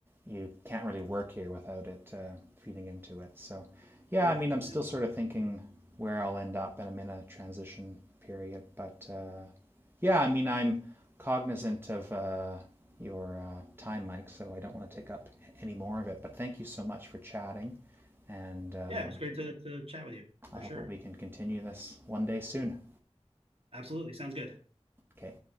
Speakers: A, on the right; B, on the right.
A: you can't really work here without it uh, feeding into it. So, yeah,
B: Sure.
A: I mean, I'm still
B: Yeah.
A: sort of thinking where I'll end up, and I'm in a transition period. But uh, yeah, I mean, I'm cognizant of uh, your uh, time, Mike, so I don't want to take up any more of it. But thank you so much for chatting, and uh,
B: Yeah. It was great to to chat with you
A: I
B: for
A: hope
B: sure.
A: that we can continue this one day soon.
B: Absolutely. Sounds good.
A: Okay.